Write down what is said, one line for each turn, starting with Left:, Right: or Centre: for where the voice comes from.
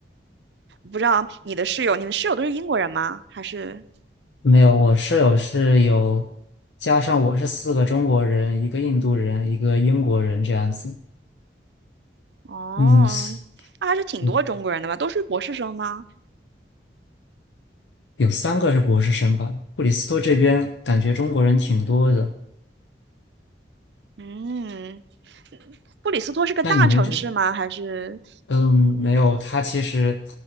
Right: 不知道你的室友，你们室友都是英国人吗？还是
Left: 没有，我室友是有，加上我是四个中国人，一个印度人，一个英国人这样子。
Right: 哦，
Left: 嗯，四
Right: 那还是挺多中国人的嘛，
Left: 嗯
Right: 都是博士生吗？
Left: 有三个是博士生吧。布里斯托这边感觉中国人挺多的。
Right: 嗯，布里斯托是个大城市吗？
Left: 那你们就，
Right: 还是
Left: 嗯，没有，他其实